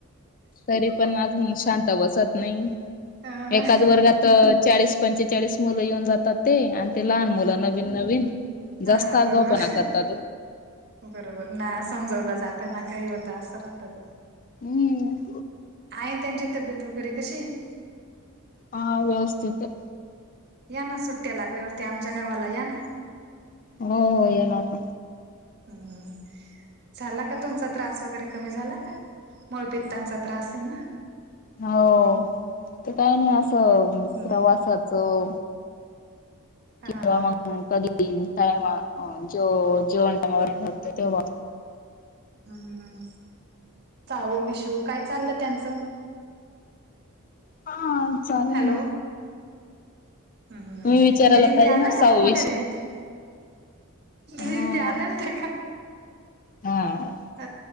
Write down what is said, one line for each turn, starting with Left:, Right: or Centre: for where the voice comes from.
Left: तरी पण अजून शांत बसत नाही.
Right: अ
Left: एकाच वर्गात चाळीस पंचेचाळीस मुलं येऊन जातात. ते आणि ते लहान मुलं नवीन नवीन
Right: अ
Left: जास्त आगाऊपणा
Right: बरोबर
Left: करतात.
Right: बरोबर ना... समजावलं जाताना काही होता असं राहत ते
Left: हम्म
Right: आई आणि त्यांची तब्येत वगैरे कशी आहे?
Left: हा व्यवस्थित आहे.
Right: या ना... सुट्टया लागल्यावरती आमच्या गावाला या ना.
Left: हो येणार ना..
Right: हम झाला का? तुमचा त्रास वगैरे कमी झाला का? मळ पित्तांचा त्रास आहे ना..
Left: हो ते काय नाही असं
Right: हम्म
Left: प्रवासाचं
Right: हा
Left: किंवा
Right: हा हा
Left: मग कधी टाईमवर जेवण टाईम वगैरे तेव्हा
Right: हम्मम्... चाहू विशू काय चाललं त्यांचं?
Left: हा चालेल.
Right: हॅलो...
Left: ना
Right: हम् हम्...
Left: मी विचारायला
Right: दिदी
Left: पाहिजे
Right: ते आलं
Left: ना
Right: होत
Left: सहावीस
Right: का? मोठ्या दिदी ते दिदी
Left: हा
Right: ते आल्या होते का?
Left: हा
Right: ह